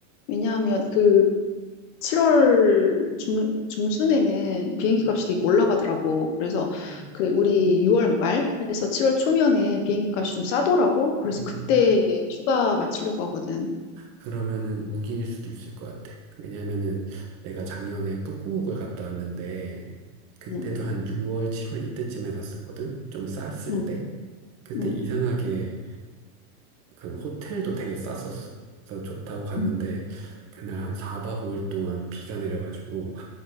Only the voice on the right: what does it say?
음,
음,
음.
음.
그러면은 우기일 수도 있을 것 같아. 왜냐면은 내가 작년에 북구옥을 갔다 왔는데 그때도
한 6월, 7월 이때쯤에 갔었거든. 좀 쌌을
때. 그때
이상하게 그 호텔도 되게 쌌었어. 그래서 좋다고 갔는데
그날 한 4박 5일 동안 비가 내려가지고